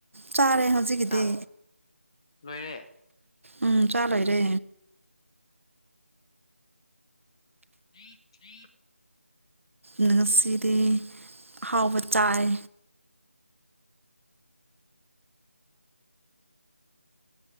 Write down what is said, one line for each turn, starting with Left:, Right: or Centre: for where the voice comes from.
Right: ꯆꯥꯔꯦ ꯍꯧꯖꯤꯛꯀꯤꯗꯤ
Left: ꯆꯥꯛ ꯂꯣꯏꯔꯦ
Right: ꯎꯝ ꯆꯠꯂꯣꯏꯔꯦ
Left: ꯍ ꯍ
Right: ꯉꯁꯤꯗꯤ ꯑꯍꯥꯎꯕ ꯆꯥꯏ